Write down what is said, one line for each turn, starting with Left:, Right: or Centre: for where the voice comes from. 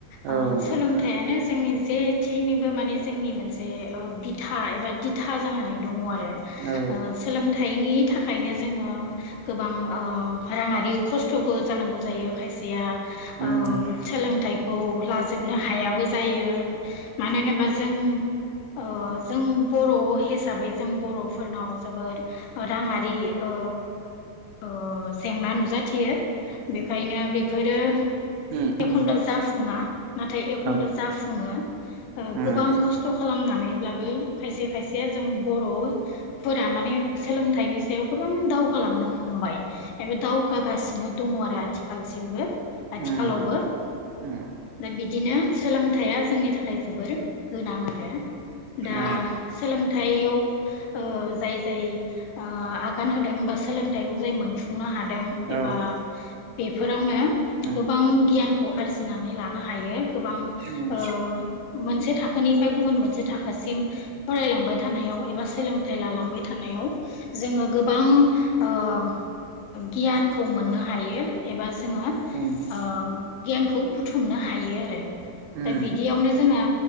Left: ओ
Right: औ
Left: सोलोंथाइयानो
Right: नोंथां
Left: जोंनि जे थिनोबो माने जोंनि मोनसे बिथा एबा दिथा जानानै दङ आरो।
Right: औ
Left: ओ सोलों फिथाइनि थाखायनो जोङो गोबां ओ राङारि खस्थबो जानांगौ जायो खायसेया।
Right: उम
Left: औ सोलोंथाइ, औ लाजोबनो हायाबो जायो, मानो होनोबा जों ओ जों बर' हिसाबै जों बर'फोरनाव जोबोर राङारि ओ ओ जेंना नुजाथियो बेखायनो बेफोरो,
Right: उम
Left: एखमब्ला
Right: उम
Left: जाफु, संहा नाथाय एखनबा
Right: औ
Left: जाफुङो
Right: उम
Left: गोबां खस्थ खालामना ब्लाबो खायसे खायसेया जों बर'फोरा माने सोलोंथाइनि सायाव गोबां दावगालांनो हमबाय। एबा दावगा गासिनो, दङ आरो आथिखालसिमबो, आथिखालावबो
Right: उम उम
Left: दा बिदिनो सोलोंथाइया जोंनि थाखाय जोबोर गोनां आरो दा
Right: औ
Left: सोलों थायाव ओ जाय जाय ओ आगान होदों बा सोलोंथाइखौ जाय मोनफुंनो हा हादों
Right: औ
Left: एबा बेफोरावनो गोबां
Right: उम
Left: गियान अ आरजिनां नानै लानो हायो, गोबां
Right: उम
Left: ओ मोनसे थाखोनिफ्राय गुबुन मोनसे थाखोसिम फरायलांबाय थानायाव एबा सोलोंथाइ लालांबाय थानायाव, जोङो गोबां, ओम गियानखौ मोननो हायो एबा ज जोङो
Right: उम
Left: ओम गियानखौ, बुथुमनो हायो आरो दा
Right: उम
Left: बिदियावनो जोंहा